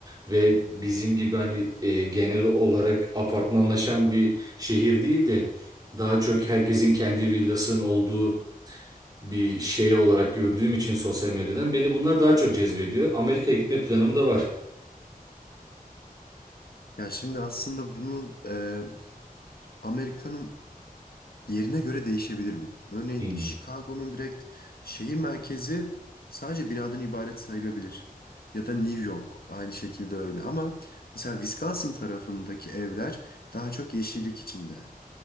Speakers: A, on the right; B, on the left.
A: ve bizim gibi hani e, genel olarak apartmanlaşan bir şehir değil de daha çok herkesin kendi villasının olduğu bir şey olarak gördüğüm için sosyal medyadan beni bunlar daha çok cezbediyor. Amerika'ya gitme planım da var.
B: Ya şimdi aslında bunu e, Amerika'nın Yerine göre değişebilir bu. Örneğin
A: Hmm.
B: Chicago'nun direkt şehir merkezi sadece binadan ibaret sayılabilir. Ya da New York aynı şekilde öyle. Ama mesela Wisconsin tarafındaki evler daha çok yeşillik içinde.